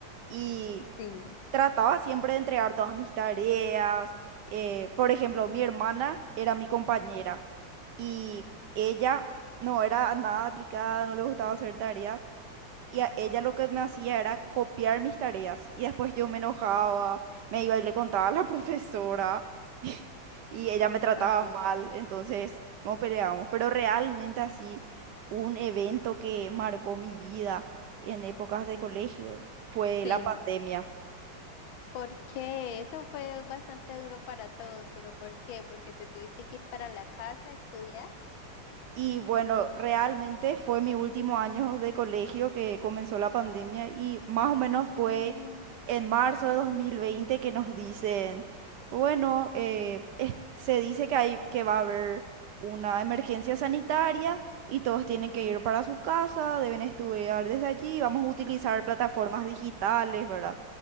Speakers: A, on the right; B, on the left.
A: y
B: sí.
A: trataba siempre de entregar todas mis tareas. eh, por ejemplo, mi hermana era mi compañera y ella no era nada aplicada, no le gustaba hacer tareas. Y a ella lo que me hacía era copiar mis tareas. Y después yo me enojaba, me iba y le contaba a la <laughs> profesora. <laughs> Y ella me trataba
B: Ah,
A: mal, entonces nos peleábamos. Pero realmente así, un evento que marcó mi vida en épocas de colegio fue
B: sí.
A: la pandemia.
B: Porque eso fue bastante duro para todos, pero ¿por qué? Porque te tuviste que ir para la casa a estudiar.
A: Y bueno, realmente fue mi último año de colegio que comenzó la pandemia y más o menos fue
B: Mm,
A: en marzo de 2020 que nos dicen, bueno, eh, es- se dice que hay, que va a haber una emergencia sanitaria y todos tienen que ir para su casa, deben estudiar desde allí, vamos a utilizar plataformas digitales, ¿verdad?